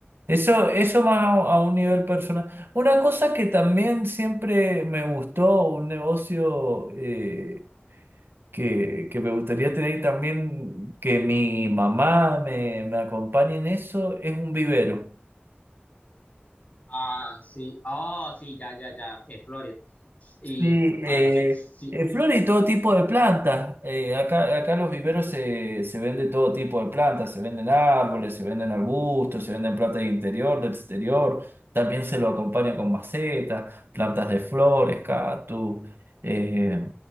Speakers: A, on the right; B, on the left.
A: Eso, eso más a, a un nivel personal. Una cosa que también siempre me gustó, un negocio... eh, que, que me gustaría tener también, que mi mamá me, me acompañe en eso, es un vivero.
B: Ah, sí, oh, sí, ya, ya, ya, eh, Flores. Y
A: Sí, eh,
B: con natación, sí,
A: eh, flores y todo tipo de plantas. Eh, acá, acá en los viveros se, se vende todo tipo de plantas, se venden árboles, se venden arbustos, se venden plantas de interior, de exterior. También se lo acompaña con macetas, plantas de flores, cactus, eh,